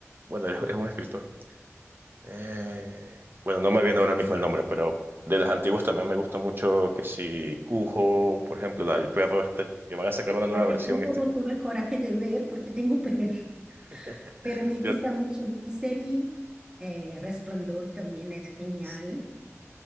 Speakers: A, on the right; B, on the right.
A: Bueno, es, es un escritor. Eh, bueno, no me viene ahora mismo el nombre, pero de las antiguas también me gusta mucho que si Cujo, por ejemplo, la del perro este, que van a sacar una nueva
B: La de
A: versión
B: Cuco
A: este.
B: no tuve coraje de ver porque tengo perro, <laughs>
A: <laughs>
B: pero me gusta
A: Yo,
B: mucho mi serie. eh, Resplandor también es genial.
A: sí,